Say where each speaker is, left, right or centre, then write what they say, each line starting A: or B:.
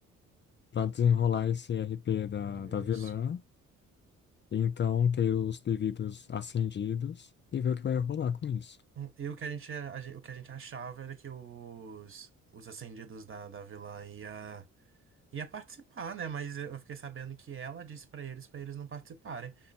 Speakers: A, on the left; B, on the right.
A: para desenrolar esse RP da,
B: hum,
A: da vilã,
B: Isso.
A: e então ter os devidos acendidos e ver o que vai rolar com isso.
B: Hum, E o que a gente, a gen- o que a gente achava era que os, os ascendidos da, da vilã ia. ia participar, né? Mas eu fiquei sabendo que ela disse pra eles pra eles não participarem.